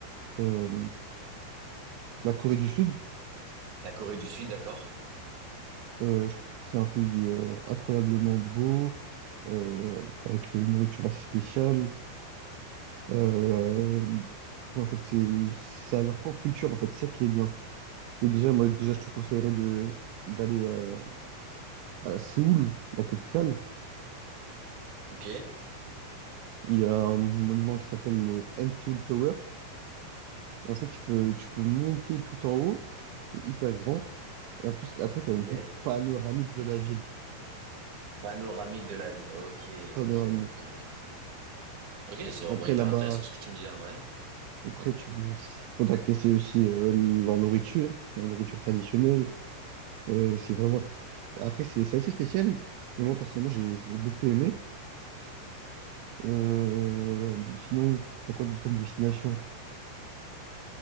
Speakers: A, on the right; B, on the right.
A: euh, la Corée du Sud.
B: La Corée du Sud, d'accord?
A: Euh, je trouve que c'est un pays euh, incroyablement beau, euh, avec une nourriture assez spéciale. Euh, en fait, c'est c'est à leur propre culture. En fait, c'est ça qui est bien. Et déjà, moi, déjà, je te conseillerais de d'aller euh, à Séoul, la capitale.
B: Ok.
A: Il y a un monument qui s'appelle le N Seoul Tower. Et en fait, tu peux, tu peux monter tout en haut. C'est hyper grand. Et en plus, après, tu
B: Ok.
A: as une vue panoramique de la ville.
B: Panoramique de la ville. Ok,
A: Panoramique.
B: ok, ok, ok. Ok, c'est vraiment
A: Après,
B: hyper
A: là-bas,
B: intéressant ce que tu me dis là, ouais.
A: après, tu faudra que tu aussi euh, la nourriture, la nourriture traditionnelle. Euh, c'est vraiment. Après, c'est c'est assez spécial. Mais moi, personnellement, j'ai j'ai beaucoup aimé. Euh, sinon, t'as quoi d'autre comme destination?